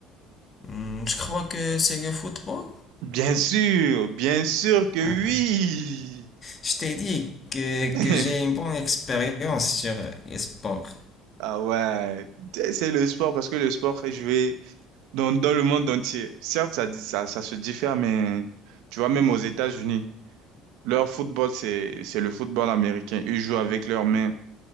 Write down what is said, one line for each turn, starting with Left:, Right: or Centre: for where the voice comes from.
Left: Hmm, Je crois que c'est le football.
Right: Bien sûr, bien sûr que oui.
Left: Ah, Je t'ai dit que,
Right: <laughs>
Left: que j'ai une bonne expérience sur les sports.
Right: Ah ouais, c'est le sport parce que le sport est joué dans, dans le monde entier. Certes, ça, dit- ça, ça se diffère, mais tu vois, même aux États-Unis, leur football, c'est, c'est le football américain. Ils jouent avec leurs mains.